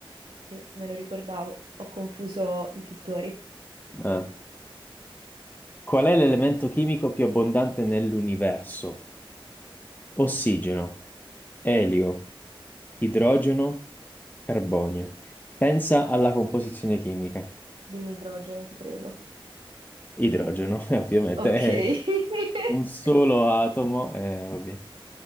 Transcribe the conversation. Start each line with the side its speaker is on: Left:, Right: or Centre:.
Right: sì, me lo ricordavo. Ho confuso i pittori.
Left: Eh. Qual è l'elemento chimico più abbondante nell'universo? Ossigeno, elio, idrogeno, carbonio. Pensa alla composizione chimica.
Right: Dimmi idrogeno, ti prego.
Left: Idrogeno, <laughs> ovviamente,
Right: Ok.
Left: è
Right: <laughs>
Left: un solo atomo, eh, vabbè.